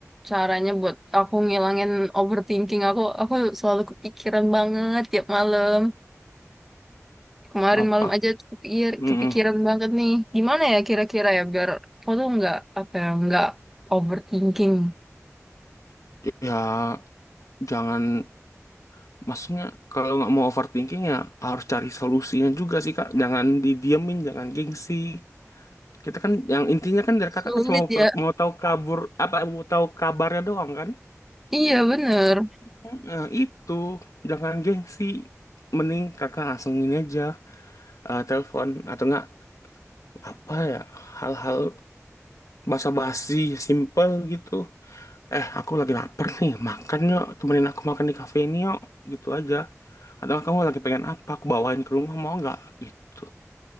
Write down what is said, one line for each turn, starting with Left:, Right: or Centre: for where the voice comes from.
Centre: caranya buat aku ngilangin overthinking aku aku selalu kepikiran banget tiap malam Kemarin
Left: apa?
Centre: malam aja tuh kepikir,
Left: Mm-mm.
Centre: kepikiran banget nih. Gimana ya kira-kira ya biar aku tuh nggak apa ya nggak overthinking.
Left: Ya, jangan Maksudnya kalau nggak mau overthinking ya harus cari solusinya juga sih kak. Jangan didiemin, jangan gengsi. Kita kan yang intinya kan dari
Centre: Sulit
Left: kakak kan cuma mau,
Centre: ya.
Left: mau tahu kabur apa mau tahu kabarnya doang kan?
Centre: Iya bener.
Left: Nah, itu jangan gengsi. Mending kakak langsung ini aja eh, telepon atau enggak apa ya hal-hal basa-basi simple gitu. Eh aku lagi lapar nih makan yuk temenin aku makan di kafe ini yuk gitu aja. Atau kamu lagi pengen apa aku bawain ke rumah mau nggak? Gitu.